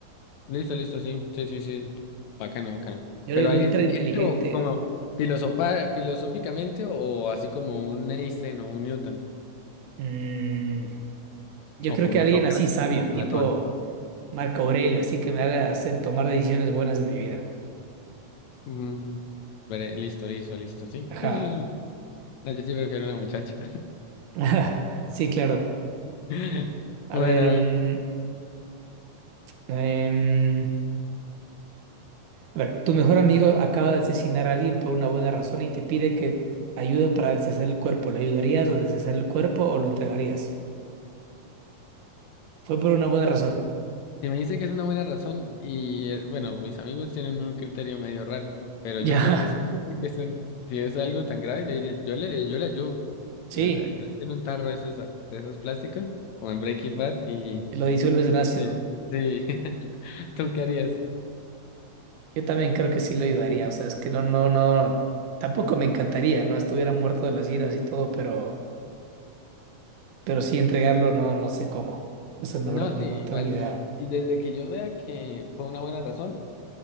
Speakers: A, on the left; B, on the right.
A: Listo, listo, sí. Sí, sí, sí. Bacano, bacano.
B: Yo
A: Pero
B: era el
A: alguien
B: ultra inteligente.
A: siente o como filosofar, filosóficamente o así como un Einstein o un Newton
B: Mm, yo
A: o
B: creo
A: como
B: que alguien
A: un Sócrates
B: así sabio,
A: o un
B: tipo
A: Platón.
B: Marco Aurelio, así que me haga hacer tomar decisiones buenas en mi vida.
A: Mm, veré, listo, listo, listo, sí.
B: Ajá.
A: Sí, sí, sí. No, yo sí prefiero una muchacha.
B: <laughs> Ajá. Sí, claro.
A: <laughs>
B: A
A: Bueno,
B: ver, mm, em, a ver, tu mejor amigo acaba de asesinar a alguien por una buena razón y te pide que ayuda para deshacer el cuerpo. ¿Le ayudarías a deshacer el cuerpo o lo entregarías? Fue por una buena razón. <laughs>
A: Si me dice que es una buena razón, y eh, bueno, mis amigos tienen un criterio medio raro, pero
B: Ya.
A: yo creo que sí, yo creo que son- si es algo tan grave, yo, iré- yo le, yo le ayudo.
B: Sí,
A: Le, le- que le den un tarro de esos, de esos plásticos, como en Breaking Bad, y
B: lo disuelves en ácido.
A: sí, sí. <laughs> ¿Tú qué harías?
B: Yo también creo que sí lo ayudaría, o sea, es que no, no, no, tampoco me encantaría, ¿no? Estuviera muerto de las giras y todo, pero, pero sí entregarlo, no, no sé cómo. Eso la
A: No,
B: verdad no,
A: sí, igual
B: no tengo ni idea.
A: no. Y desde que yo vea que fue una buena razón,